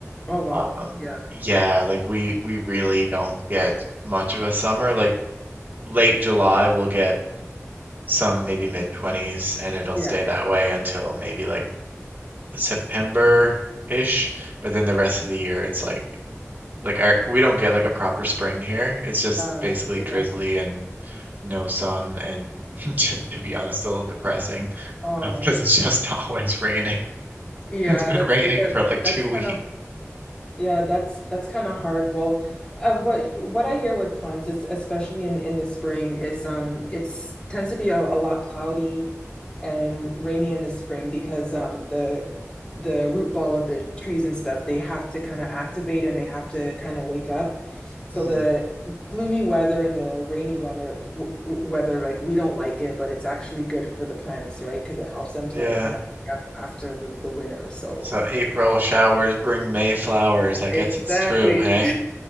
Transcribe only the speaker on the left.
oh wow
yeah
yeah
uh
yeah
oh
<laughs>
yeah
that's
that
that's
kind of Yeah, that's that's kind of hard. Well, uh, what what I hear with plants is especially in in the spring is um it's tends to be a, a lot cloudy and rainy in the spring because um the the root ball of the trees and stuff they have to kind of activate and they have to kind of wake up. So
the gloomy weather and the rainy weather w weather like we don't like it, but it's actually good for the plants, right? Because it helps them to
kind of wake up after the, the winter. So
exactly.